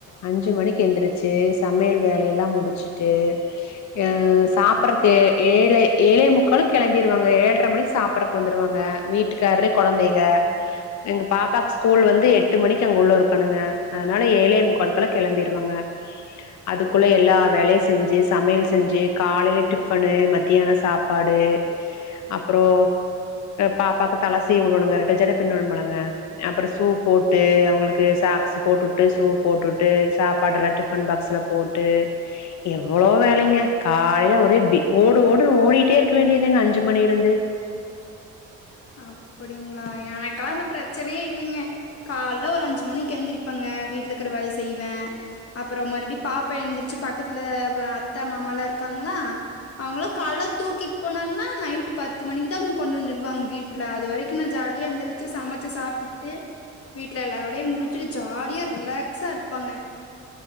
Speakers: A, on the left (about 65°); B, on the left (about 50°).
A: அஞ்சு மணிக்கு எந்துருச்சு சமையல் வேலையெல்லா முடிச்சுட்டு அ சாப்பறக்கு ஏழே ஏழே முக்காளுக்கு கெளம்பிடுவாங்க ஏழ்ர மணிக்கு சாப்புட்றக்கு வந்துடுவாங்க வீட்டுக்காரு கொழந்தைக எங்க பாப்பாவுக்கு ஸ்கூல் வந்து எட்டு மணிக்கு அங்க உள்ள இருக்கணுங்க அதுனால ஏழே முக்காளுக்கெல்லா கெளம்பிருவாங்க அதுக்குள்ள எல்லா வேலையு செஞ்சு சமையல் செஞ்சு காலையில டிஃபனு மத்தியானோ சாப் பாடு அப்புறோ பாப்பாவுக்கு தலசீவி விடணுங்க ரெட்ட ஜட பின்னனும்லங்க அப்புறோ ஷீ போட்டு அவங்களுக்கு சாக்ஸ் போட்டுட்டு சூ போட்டுட்டு சாப்பாடு எல்லா டிஃபன் பாக்ஸ்ல போட்டு எவ்வளோ வேலைங்க காலையில ஒரே ப்டி ஓடு ஓடு ஓடிட்டே இருக்க வேண்டியது தாங்க அஞ்சு மணிலே இருந்து <inaudible>
B: அப்படிங்களா எனக்கெல்லா அந்த பிரச்சனையே இல்லைங்க கால்ல ஒரு அஞ்சு மணிக்கு எந்திரிப்பங்க வீட்ல இருக்கற வேலைய செய்வே அப்புறம் மறுபடி பாப்பா எந்திரிச்சு பக்கத்துல அத்த மாமாலா இருக்காங்ளா அவங்கள கால்ல தூக்கிட்டு போனாங்கனா நைட் பத்து மணிக்கு தா கொண்டு வந்துருவாங்க வீட்ல அது வரைக்கு நா ஜாலியா எந்திரிச்சு சமச்சு சாப்புட்டு வீட்ல எல்லா வேலையு முடிச்சுட்டு ஜாலியா ரிலாக்ஸா இருப்பாங்க